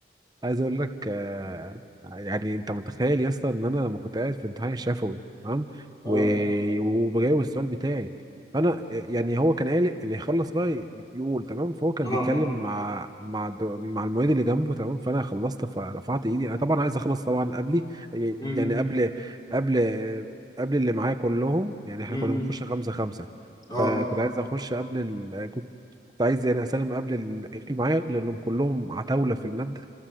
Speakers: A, on the right; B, on the left.
A: عايز اقول لك آه، يعني انت متخيل يا اسطى ان انا لما كنت قاعد في امتحان الشفوي تمام
B: اه
A: و- وبجاوب السؤال بتاعي فانا آه، يعني هو كان قال اللي يخلص بقى ي- يقول تمام فهو كان
B: اه
A: بيتكلم مع مع الد- مع المعيد اللي جنبه تمام فانا خلصت فرفعت ايدي انا طبعا عايز اخلص طبعا قبلي يعني
B: امم
A: يعني قبل قبل قبل اللي معايا كلهم يعني احنا
B: امم
A: كنا بنخش خمسة خمسة
B: اه
A: فكنت عايز اخش قبل ال... كنت عايز يعني اسلم قبل ال- اللي معايا لانهم كلهم عتاولة في المادة